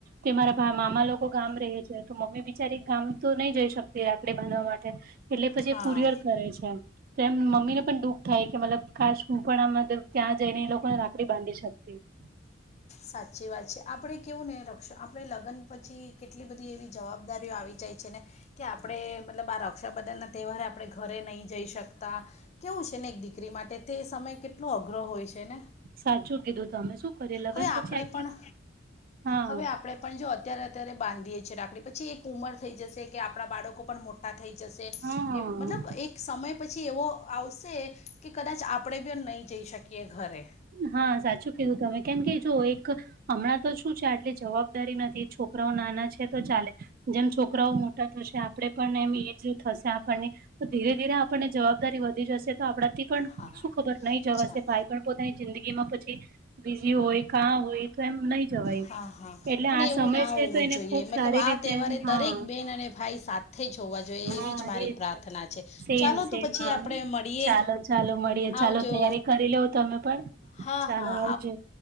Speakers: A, on the right; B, on the left.
A: તે મારા ભા મામા લોકો ગામ રે છે તો મમ્મી બી ચારી ગામ તો નહી જઈ શકતી રાખડી બાંધવા માટે એટલે પછી
B: હા
A: કુરિયર કરે છે. તેમ મમ્મીને પણ દુઃખ થાય કે મતલબ કાસ હું પણ આમાં ત્યાં જઈને એ લોકોને રાખડી બાંધી શકતી <inaudible>
B: સાચી વાત છે આપણે કેવું નહીં રક્ષ આપણે લગ્ન પછી કેટલી બધી એવી જવાબદારીઓ આવી જાય છે ને કે આપણે મતલબ આ રક્ષાબંધનના તહેવારે આપણે ઘરે નહીં જઈ શકતા. કેવું છે ને એક દીકરી માટે તે સમય કેટલો અઘરો હોય છે ને.
A: સાચું કીધું તો તમે શું કરીએ લગ્ન
B: હવે
A: પછી
B: આપણે
A: આખી
B: પણ
A: હા
B: હવે આપણે પણ જો અત્યારે અત્યારે બાંધીએ છીએ રાખડી પછી એક ઉંમર થઈ જશે કે આપણા બાળકો પણ મોા ટા થઈ જશે
A: હા
B: એ મતલબ એક સમય પછી એવો આવશે કે કદાચ આપણે બી નહી જઈ શકીએ ઘરે.
A: હા સાચું કીધું તમે કેમ કે જો એક હમણાં તો શું છે આટલી જવાબદારી નથી છોકરાઓ નાના છે તો ચાલે જેમ છોકરાઓ મોટા થશે આપડે પણ એમ એજ થશે આપણને તો ધીરે ધીરે આપણને જવાબદારી વધી જશે તો આપણાથી પણ
B: હા
A: શું ખબર નહી જવાશે
B: ચાલો
A: ભાઈ પણ પો તે જિંદગીમાં પછી બીઝી હોય કાં હોય તો એમ નહી જવાય.
B: હા હા
A: એટલે
B: પણ
A: આ
B: એવું
A: સમય
B: ના
A: છે
B: હોવું
A: તો એને
B: જોઈએ
A: ખુબ
B: મતલબ
A: સારી
B: આ
A: રીતે
B: તહેવારે
A: હા
B: દરેક બેન અને ભાઈ સા સાથેથે જોવા જોઈએ
A: હા
B: એવી જ મારી
A: એ
B: પ્રાર્થના
A: છે
B: છે
A: સેમ
B: ચાલો
A: સેમ
B: તો પછી
A: હા
B: આપણે મળીએ
A: ચાલો ચાલો મળીએ ચાલો
B: આવજો
A: તૈયારી કરી લેવ તમે પણ
B: હા
A: ચાલો
B: હા
A: આવજો